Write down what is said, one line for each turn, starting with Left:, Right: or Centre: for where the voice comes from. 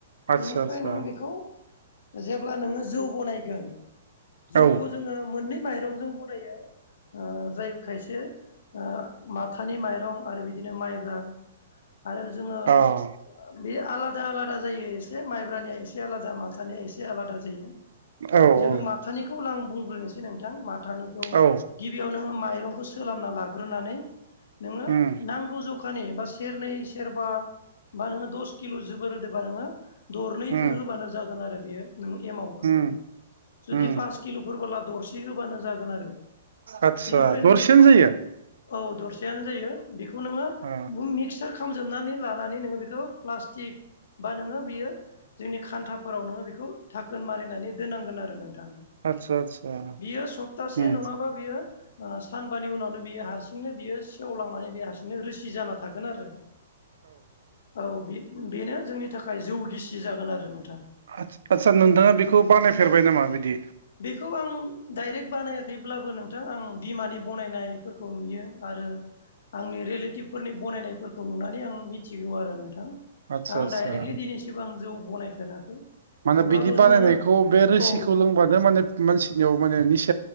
Right: आदसा
Left: बेनिफ्राय नों
Right: आदसा
Left: बेखौ जेब्ला नोङो जौ बनायगोन जौखौ
Right: औ
Left: जोङो मोननै माइरंजों बनायो ओ जाय खायसे ओ माथानि माइरं आरो बिदिनो माइब्रा आरो जोङो
Right: अ
Left: बे आलादा आलादा जायो एसे माइब्रानिया एसे आलादा माथानिया एसे आलादा जायो।
Right: औ
Left: जोङो
Right: औ
Left: माथानिखौ आं बुंग्रोनोसै नोंथां माथानिखौ
Right: औ
Left: गिबियाव नोङो माइरं सोलामना लाग्रोनानै नोङो
Right: उम
Left: नांगौ जखानि बा सेरनै बा बा नोङो दस किल' जोबोर होदोबा नोङो दरनैफोर
Right: उम
Left: होबानो जागोन आरो बियो। नों एमावखौ
Right: उम
Left: जुदि
Right: उम
Left: पास किल'फोरबोला दरसे होबानो जागोन आरो।
Right: आदसा
Left: बेनिफ्राय
Right: दरसेनो
Left: नों बेखौ
Right: जायो
Left: औ दरसेयानो जायो बेखौ नोङो
Right: अ
Left: बुम मिक्सार खाम जोबनानै लानानै नोङो बेखौ प्लास्टिक बा नोङो बियो जोंनि खान्थाफोराव नोङो बेखौ धाखोन मारिनानै दोनांगोन आरो नों थां
Right: आदसा आदसा
Left: बियो सप्तासे
Right: उम
Left: नङाबा बियो सानबानि उनावनो बियो हारसिंनो बियो सेवलांनानै बेयो हारसिंनो रोसि जाना था थागोन आरो औ बेनो जोंनि थाखाय जौ गिसि जागोन आरो नों
Right: आ-आदसा नोंथाङा बेखौ बानायफेरबाय नामा बिदि?
Left: बेखौ आं डाइरेक्ट बानायाखैब्लाबो नोंथां आं बिमानि बनायनायफोरखौ नुयो आरो आंनि रिलेटिभफोरनि बनायनायफोरखौ नुनानै आं मिथिगौ आरो नोंथां।
Right: आदसा
Left: आं
Right: आदसा
Left: डाइरेक्टलि दिनैसिबां आं जौ बनायफेराखै।
Right: माने
Left: अब्लाबो
Right: बिदि बानायानायखौ
Left: जोङो
Right: बे रोसिखौ
Left: औ
Right: लोंबानो माने मानसिनियाव माने निस